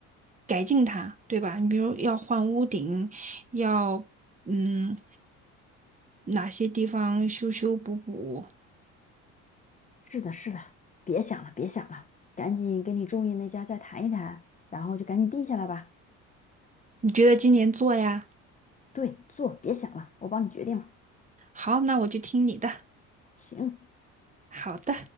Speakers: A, on the right; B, on the left.
A: 改进它，对吧？你比如要换屋顶，要嗯哪些地方修修补补，
B: 是的，是的，别想了，别想了，赶紧跟你中意那家再谈一谈，然后就赶紧定下来吧。
A: 你觉得今年做呀？
B: 对，做，别想了，我帮你决定了。
A: 好，那我就听你的。
B: 行，
A: <laughs> 好的。